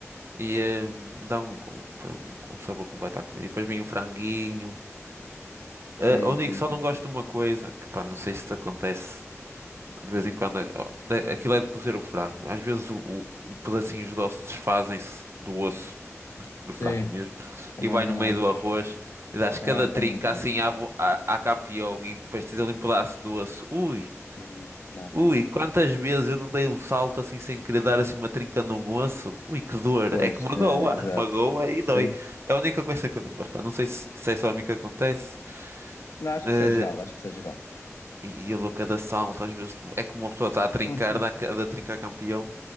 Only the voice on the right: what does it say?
E eh, dá um, um, um sabor completo à comida. E depois vem o franguinho. Ah,
a única-
só
não gosto
de uma coisa, que pá, não sei se te acontece. De vez em quando, ó, da- aquilo é de cozer o frango. Às vezes o, o, o pedacinhos de osso desfazem-se do osso, do
frango mesmo,
e vai
no meio
do arroz e dás cada
trinca
assim à, bo- à, à campeão e depois tens ali um pedaço do osso. Ui,
ui, quantas vezes eu não dei um salto assim sem querer dar assim uma trinca num osso? Ui, que dor!
É que magoa,
magoa e
dói. É a única coisa que eu não gosto, pá. Não sei se, se é só a mim que acontece.
Eh,
E e eu dou cada salto, às vezes é que uma pessoa está a trincar,
dá cada trinca a campeão.